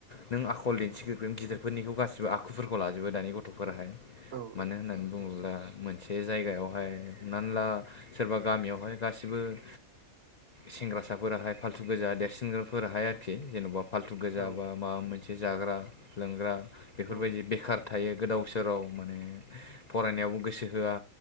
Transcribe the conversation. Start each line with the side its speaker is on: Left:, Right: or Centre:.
Left: नों आखल दिन्थिगोन गावनि रोंगौथिखौ। गिगिरगोन गिदिरफोरनिखौ गासिबो आखुफोरखौ लाजोबो दानि गथफोराहाय
Right: औ
Left: मानो होननानै बुंङोब्ला से जायगायावहाय हमनानै ला सोरबा गामियावहाय गासिबो‌ औ सेंग्रासाफोराहाय फाल्थु गोजा देरसिनफोराहाय आरोखि जेनबा फाल्थु गोजा
Right: औ
Left: बा माबा मोनसे नंगौ। ए जाग्रा लोंग्रा बेफोरबायदि
Right: औ
Left: बेखार थायो गोदाव सोराव माने फरायनायावबो गोसो होआ